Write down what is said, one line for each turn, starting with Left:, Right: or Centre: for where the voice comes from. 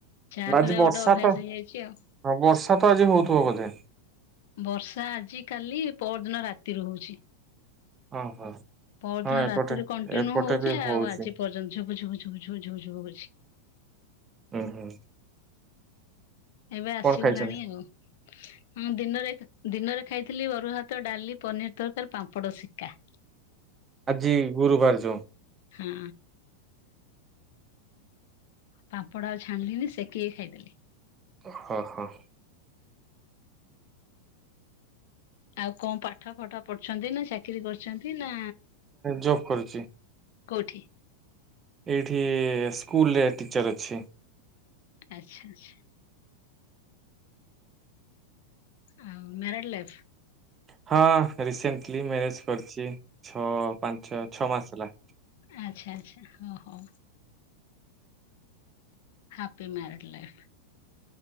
Left: ଚା
Right: ଆଜି
Left: ପିଇବା
Right: ବର୍ଷା
Left: ଗୋଟେ
Right: ତ
Left: ଅଭ୍ୟାସ ହେଇଯାଇଛି ଆଉ।
Right: ହଁ ବର୍ଷା ତ ଆଜି ହଉଥିବ ବୋଧେ?
Left: ବର୍ଷା ଆଜି କାଲି ପର ଦିନ ରାତି ରୁ ହୋଉଛି।
Right: ହଁ ହଁ।
Left: ପର ଦିନ
Right: ଏପଟେ
Left: ରାତିରୁ କଣ୍ଟିନ୍ୟୁ
Right: ଏପଟେ
Left: ହୋଉଛି
Right: ବି ହଉଛି।
Left: ଆଉ ଆଜି ପର୍ଯ୍ୟନ୍ତ ଝୁପ ଝୁପ ଝୁପ ଝୁପ ଝୁପ ଝୁପ୍ ହୋଉଛି।
Right: ହୁଁ ହୁଁ।
Left: ଏବେ ଆସିଗଲାଣି
Right: କଣ ଖାଇଛନ୍ତି?
Left: ଆଉ। ହଁ ଦିନରେ ଦିନରେ ଖାଇଥିଲି ଅରୁଆଭା, ଡାଲି, ପନିର ତରକାରୀ, ପାମ୍ପଡ ଶିକା।
Right: ଆଜି ଗୁରୁବାର ଯୋଉ।
Left: ହଁ। ପାମ୍ପଡ଼ ଆଉ ଛାଣିଲିନି ସେକିକି ଖାଇଦେଲି।
Right: ହଁ ହଁ।
Left: ଆଉ କଣ ପାଠ ଫଠ ପଢୁଛନ୍ତି ନା ଚାକିରୀ କରିଛନ୍ତି ନା
Right: ଜବ୍ କରୁଛି
Left: କୋଉଠି।
Right: ଏଇଠି ସ୍କୁଲରେ ଟିଚର୍ ଅଛି।
Left: ଆଚ୍ଛା। ଆଉ ନେ ଲେଫ୍।
Right: ହଁ ରିସେଣ୍ଟଲି ମ୍ୟାରେଜ କରିଛି, ଛଅ ପାଞ୍ଚ ଛଅ ମାସ ହେଲା।
Left: ଆଚ୍ଛା ଆଚ୍ଛା ହଁ ହଉ। Happy married life.